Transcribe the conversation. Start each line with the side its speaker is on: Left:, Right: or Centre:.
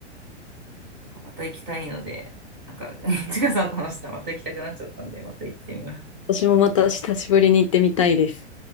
Right: また行きたいので、なんか、<laughs> ちかさんと話したらまた行きたくなっちゃったんで、また行ってみます。
Left: 私もまた久しぶりに行ってみたいです。